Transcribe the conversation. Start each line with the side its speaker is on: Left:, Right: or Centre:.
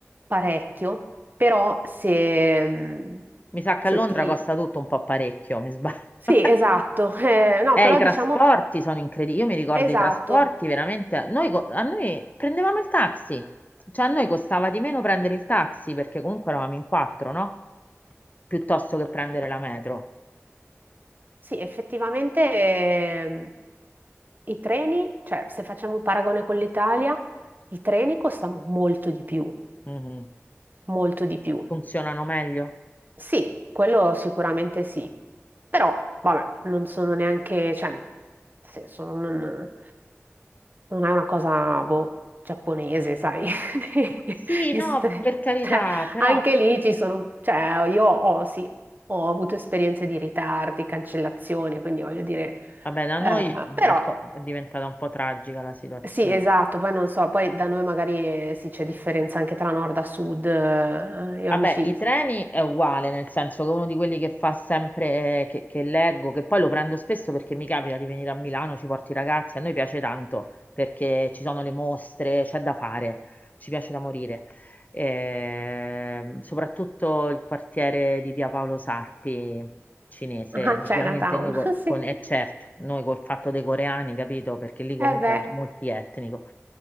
Right: parecchio, però se, mm,
Left: mi sa che
Right: se
Left: a Londra
Right: ti...
Left: costa tutto un po' parecchio, mi sbaglio.
Right: Sì,
Left: <laughs>
Right: esatto. Eh, no,
Left: Eh,
Right: però
Left: i trasporti
Right: diciamo,
Left: sono incredibili. Io mi ricordo
Right: esatto.
Left: i trasporti veramente. Noi, co- a noi prendevamo il taxi, cioè a noi costava di meno prendere il taxi perché comunque eravamo in quattro, no? Piuttosto che prendere la metro.
Right: Sì, effettivamente ehm, i treni, cioè se facciamo un paragone con l'Italia, i treni costano molto di più,
Left: Mhm.
Right: molto di più.
Left: Funzionano meglio.
Right: Sì, quello sicuramente sì, però vabbè, non sono neanche, cioè, nel senso, non, non è una cosa, boh, giapponese, sai, <laughs>
Left: Sì,
Right: Estre-
Left: no, per carità,
Right: cioè,
Left: però
Right: anche lì ci sono, cioè, io ho, sì, ho avuto esperienze di ritardi, cancellazioni, quindi voglio dire,
Left: vabbè, da
Right: eh,
Left: noi
Right: però,
Left: è, po- è diventata un po' tragica la situazione.
Right: sì, esatto, poi non so, poi da noi magari, eh, sì, c'è differenza anche tra nord a sud, eh, io
Left: Vabbè,
Right: amici,
Left: i treni è uguale, nel senso che uno di quelli che fa sempre, eh, che, che leggo, che poi lo prendo spesso perché mi capita di venire a Milano, ci porti i ragazzi, a noi piace tanto perché ci sono le mostre, c'è da fare, ci piace da morire. Ehm, soprattutto il quartiere di Via Paolo Sarpi, cinese,
Right: ah, Chinatown,
Left: ovviamente noi col-
Right: <laughs> sì.
Left: con, e certo, noi col fatto dei coreani, capito? Perché lì comunque
Right: Eh beh,
Left: è multietnico.